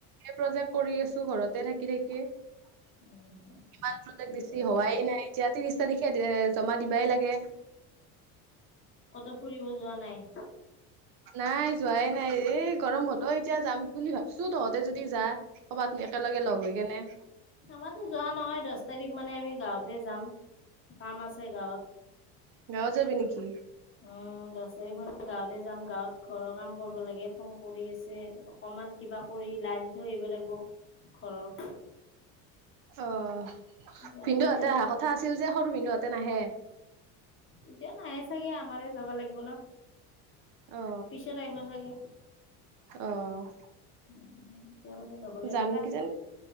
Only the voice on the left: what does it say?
উম,
ঠিকে
আছে
ক'তো ফুৰিব যোৱা নাই।
আমাৰো যোৱা নহয় দহ তাৰিখ মানে আমি গাঁওতে যাম। কাম আছে গাঁৱত
উম, দচ তাৰিখ কাৰণে গাঁওতে যাম, গাঁওত ঘৰৰ কাম কৰিব লাগে ফোন কৰি আছে। অকমান কিবা কৰি লাজি ধৈ আহিব লাগিব ঘৰৰ।
এই
তাতে
এতিয়া নাহে চাগে আমাৰে যাব লাগ হ'বনা
পিছত আহিব চাগে?
উম <unintelligible> এতিয়া মানে নগ লেও।